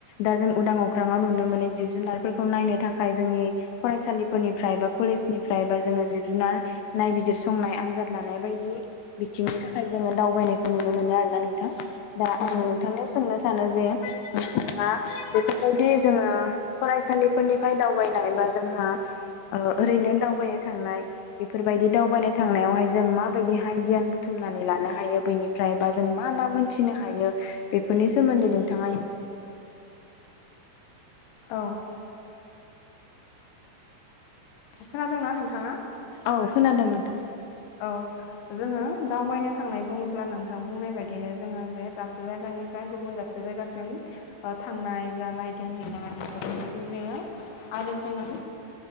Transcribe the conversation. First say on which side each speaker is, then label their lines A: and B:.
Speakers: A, on the left; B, on the left.
A: दा जों उदां अख्राङाव नुनो मोनो जिब जुनारफोरखौ नायनो थाखाय जोंनि फरायसालिफोरनिफ्राय बा कलेजनिफ्राय बा जोङो जिब जुनार नायबिजिर संनाय आनजाद लानाय बायदि। बिथिंनि थाखाय जोङो दावबायनायखौ नुनो मोनो आरोना नोंथां। दा
B: औ
A: आङो
B: नंगौ
A: नोंथांनियाव सोंनो सानो जे नोंथाङा। बेफोर बायदि जोङो फरायसालिफोरनिफ्राय दावबायनाय बा जोंहा ओरैनो दावबायनो थांनाय बेफोर बायदि दावबायनो थांनायावहाय जों माबायदिहाय गियान बुथुमनानै लानो हायो बैनिफ्राय फ्रायबा जों मा मा मोनथिनो हायो बेफोरनि सोमोन्दै नोंथाङा
B: औ। खोनादोंना नोंथाङा?
A: औ खोनादों नोंथां।
B: औ। जोङो दावबायनो थांनाय बुङोब्ला नोंथां बुंनाय बायदिनो जोङो जे दाबसे जायगानिफ्राय गुबुन दाबसे जे जायगासिम। थांनाय जानाय दोनहैनाय बेदि जोङो आरो जोङो